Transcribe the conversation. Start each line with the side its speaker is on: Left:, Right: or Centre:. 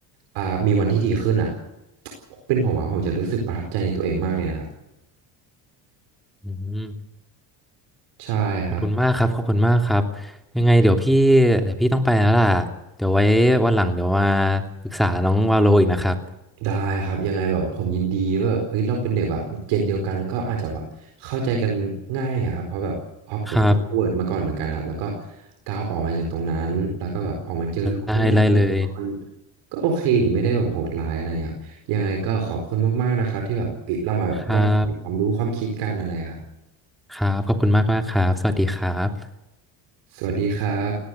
Right: อ่ามีวันที่ดีขึ้นอ่ะเป็นผมอ่ะผมจะรู้สึกประทับใจในตัวเองมากเลยนะครับ
Centre: อืม
Right: ใช่ครับ
Centre: ขอบคุณมากครับขอบคุณมากครับยังไงเดี๋ยวพี่เดี๋ยวพี่ต้องไปแล้วล่ะเดี๋ยวไว้วันหลังเดี๋ยวมาปรึกษาน้องวาโลอีกนะครับ
Right: ได้ครับยังไงแบบผมยินดีว่าแบบเฮ้ยเราเป็นเด็กแบบเจนเดียวกันก็อาจจะแบบเข้าใจกันง่ายอะครับเพราะแบบเพราะผมก็เวิร์ดมาก่อนเหมือนกันครับแล้วก็
Centre: ครับ
Right: ก้าวออกมาจากตรงนั้นแล้วก็แบบออกมาเจอโลูกข้างนอกก็รู้สึกว่ามัน
Centre: ได้เลยเลย
Right: ก็โอเคนี่ไม่ได้แบบโหดร้ายอะไรครับยังไงก็ขอบคุณมากๆนะครับที่แบบเรามาแบบแลกเปลี่ยนความรู้ความคิดกันอะไรครับ
Centre: ครับ ครับ ขอบคุณมากมากครับ สวัสดีครับ
Right: สวัสดีครับ